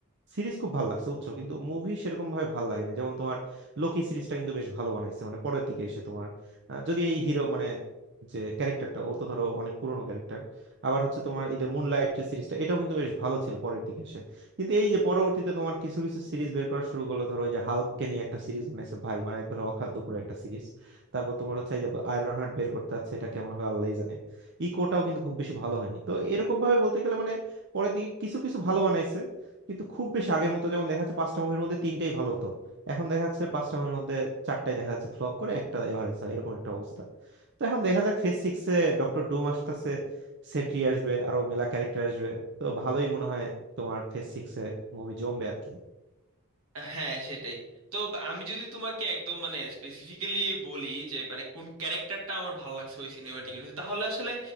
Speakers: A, on the right (about 55°); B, on the right (about 75°).
A: সিরিজ খুব ভালো লাগছে বুঝছো কিন্তু মুভি সেরকম ভাবে ভালো লাগে না যেমন তোমার লোকি সিরিজটা কিন্তু বেশ ভালো বানাইছে মানে পরের দিকে এসে তোমার আহ, যদি এই হিরো মানে যে ক্যারেক্টারটা ও তো ধরো অনেক পুরনো ক্যারেক্টার আবার হচ্ছে তোমার এই যে মুনলাইট যে সিরিজটা এটাও কিন্তু বেশ ভালো ছিল পরের দিকে এসে কিন্তু এই যে পরবর্তীতে তোমার কিছু কিছু সিরিজ বের করা শুরু করলো ধরো ওই যে হাল্ককে নিয়ে একটা সিরিজ বানাইছে ভাই মানে একবারে অখাদ্য পুরো একটা সিরিজ তারপর তোমার হচ্ছে এই যে আয়রন হার্ট বের করতে যাচ্ছে এটা কেমন হবে আল্লাহই জানে ইকোটাও কিন্তু খুব বেশি ভালো হয়নি তো এরকম ভাবে বলতে গেলে মানে পরের দিকে কিছু কিছু ভালো বানাইছে কিন্তু খুব বেশি আগের মতো যেমন দেখা যাচ্ছে পাঁচটা মুভির মধ্যে তিনটাই ভালো হতো এখন দেখা যাচ্ছে পাঁচটা মুভির মধ্যে চারটাই দেখা যাচ্ছে ফ্লপ করে একটা এভারেজ হয় এরকম একটা অবস্থা তো এখন দেখা যাক ফেজ সিক্স এ ডক্টর ডুম আসতেছে সেন্ট্রি আসবে আরো মেলা ক্যারেক্টার আসবে তো ভালোই মনে হয় তোমার ফেজ সিক্স এ মুভি জমবে আর কি
B: হ্যাঁ সেটাই তো আমি যদি তোমাকে একদম মানে স্পেসিফিক্যালি বলি যে মানে কোন ক্যারেক্টারটা আমার ভালো লাগছে ওই সিনেমাটিক তাহলে আসলে